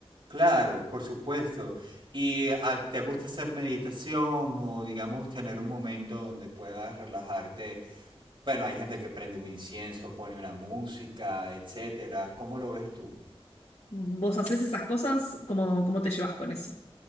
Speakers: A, on the right; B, on the left.
A: Claro, por supuesto. ¿Y ah, te gusta hacer meditación o digamos tener un momento donde puedas relajarte? Bueno, hay gente que prende un incienso, pone una música, etcétera. ¿Cómo lo ves tú?
B: ¿Vos hacés esas cosas? ¿Cómo, cómo te llevas con eso?